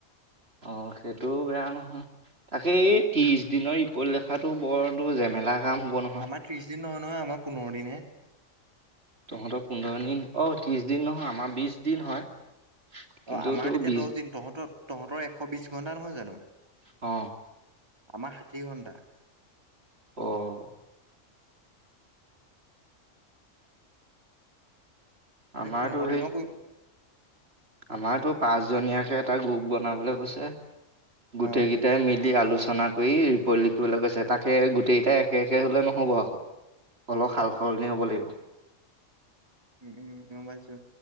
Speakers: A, on the right; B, on the right.
A: অ' সেইটোও বেয়া নহয়। তাকে এই ত্ৰিশ দিনৰ ৰিপৰ্ট লেখাটো বৰ জেমেলা কাম হ'ব নহয়।
B: আমাৰ ত্ৰিছদিন নহয় নহয়, আমাৰ পোন্ধৰ দিনহে।
A: তহঁতৰ পোন্ধৰ দিন। অ' ত্ৰিশ দিন নহয় আমাৰ বিশ দিন হয়। কিন্তু
B: অ' আমাৰ
A: তোৰ
B: তেতিয়া
A: বিছ
B: দহদিন। তহঁতৰ তহঁতৰ এশ বিশ ঘণ্টা নহয় জানো?
A: অ'।
B: আমাৰ ষাঠি ঘণ্টা।
A: অ'।
B: আমি
A: আমাৰতো
B: পোন্ধৰ
A: সেই
B: দিনৰ কৰিম।
A: আমাৰতো পাঁচজনীয়াকে এটা গ্ৰুপ বনাবলৈ কৈছে। গোটেইকেইটাই
B: অ
A: মিলি আলোচনা কৰি পঢ়ি লিখিবলৈ কৈছে। তাকে গোটেইকেইটাই একে একে হ'লে নহ'ব আকৌ, অলপ সাল সলনি হ'ব লাগিব।
B: উম, উম, গম পাইছোঁ।